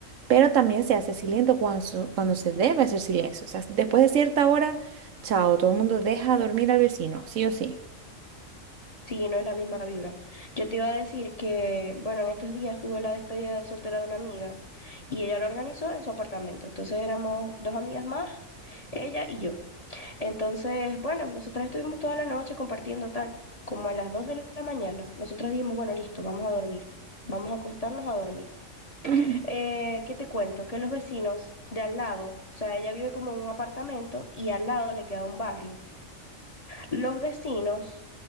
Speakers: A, on the right; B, on the left.
A: pero también se hace silencio cuando, su- cuando se debe hacer silencio. O sea, después de cierta hora, chao, todo el mundo deja dormir al vecino, sí o sí.
B: Sí, no es la misma vibra. Yo te iba a decir que, bueno, en estos días tuve la despedida de soltera de una amiga y ella lo organizó en su apartamento. Entonces éramos dos amigas más, ella y yo. Entonces, bueno, nosotras estuvimos toda la noche compartiendo tal, como a las 2 de la mañana. Nosotras dijimos, bueno, listo, vamos a dormir. Vamos a acostarnos a dormir.
A: <laughs> Ujú.
B: Eh, ¿qué te cuento? Que los vecinos de al lado, o sea, ella vive como en un apartamento y al lado le queda un barrio. Los vecinos